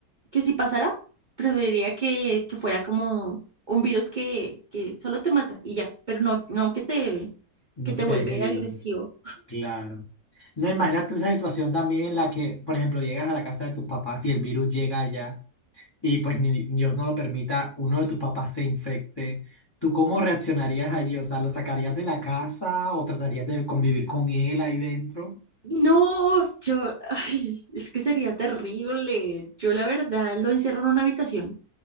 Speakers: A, on the right; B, on the left.
A: que si pasara, preferiría que, que fuera como un virus que, que solo te mata y ya, pero no, no que te,
B: no
A: que te
B: que te
A: vuelve
B: deje vivo.
A: agresivo.
B: Claro. No, imagínate esa situación también en la que, por ejemplo, llegas a la casa de tus papás y el virus llega allá y pues ni- Dios no lo permita, uno de tus papás se infecte. ¿Tú cómo reaccionarías allí? O sea, ¿lo sacarías de la casa o tratarías de convivir con él ahí dentro?
A: No, yo, <laughs> ay, es que sería terrible. Yo la verdad lo encierro en una habitación.